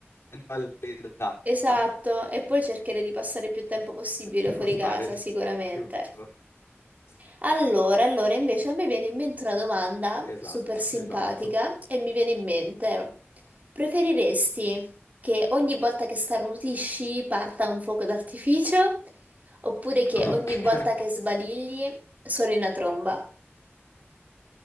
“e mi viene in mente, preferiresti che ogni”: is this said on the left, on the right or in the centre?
Right